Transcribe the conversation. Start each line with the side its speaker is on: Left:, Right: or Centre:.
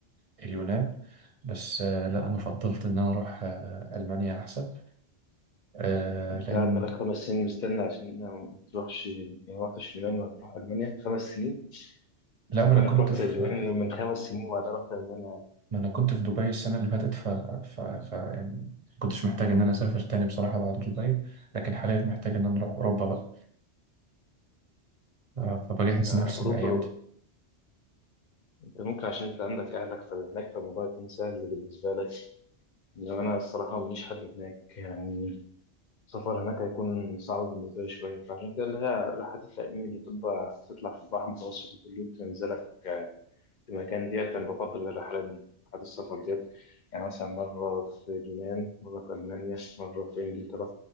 Right: اليونان بس آه، لا انا فضلت ان انا اروح آه، المانيا احسن آه،
Left: انت
Right: لان
Left: قاعد بقالك خمس سنين مستني عشان ما تروحش يعني ما رحتش اليونان ولا تروح ألمانيا خمس سنين
Right: لا
Left: من
Right: ما
Left: زمان
Right: انا كنت
Left: رحت
Right: في
Left: اليونان من خمس سنين وبعدها رحت ألمانيا
Right: ما انا كنت في دبي السنه اللي فاتت ف, ف... ف... يعني كنتش محتاج ان انا اسافر تاني بصراحه بعد دبي لكن حاليا محتاج ان انا اروح اوروبا بقى آه، فبجهز
Left: أنت
Right: نفسي
Left: أوروبا
Right: الايام دي
Left: أنت ممكن عشان أنت عندك أهلك فهناك فالموضوع يكون سهل بالنسبة لك إنما أنا الصراحة ماليش حد هناك يعني السفر هناك هيكون صعب بالنسبة لي شوية فعشان كده اللي هي رحلات التأمين اللي بتبقى تطلع في البحر المتوسط وكل يوم تنزلك المكان ديت أنا بفضل الرحلات دي رحلات السفر ديت يعني مثلا مرة في اليونان مرة في ألمانيا مرة في إنجلترا